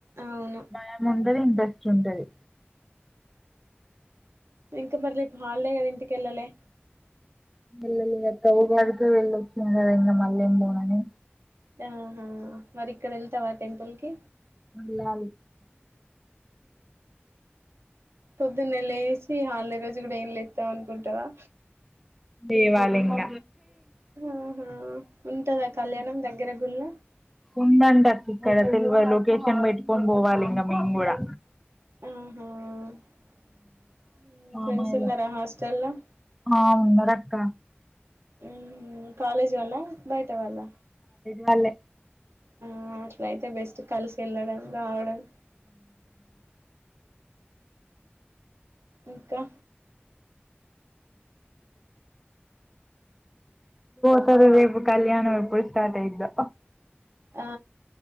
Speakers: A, on the right; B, in the centre.
A: అవును
B: భయం ఉంటది ఇంట్రెస్ట్ ఉంటది
A: ఇంకా మరళీ రేప్ హాలిడే కద ఇంటికి వెళ్ళాలే
B: వెళ్ళలేదు అక్క ఉగాదికి వెళ్ళివచ్చన ఇంక మళ్ళ ఎం పోనని
A: ఆహా మరి ఇక్కడ వెళ్తావా టెంపుల్ కి
B: వెళ్ళాలి
A: పొద్దున్నె లేసి హలీడే రోజు కూడా ఏం లేతం అనుకుంటవా
B: లేవాలింగ
A: ఆహా ఉంటదా కళ్యాణం దగ్గర గుళ్ళ
B: ఉందంట అక్క ఇక్కడ తెలివ లొకేషన్ పెట్టుకొని పోవాలి ఇంకా మేము కూడా
A: ఆహం ఆ
B: మామయ్యలు
A: ఫ్రెండ్స్ ఉన్నారా హాస్టల్ ల
B: ఆ ఉన్నారక్క
A: మ్మ్ కాలేజ్ వాల్ల బయట వాల్ల
B: వాలె
A: ఆ అట్ల అయితే బెస్ట్ కలిసి వెళ్ళడం రావడం ఇంకా
B: తారు రేపు కళ్యాణం ఏపుడు స్టార్ట్ అయిదో
A: ఆ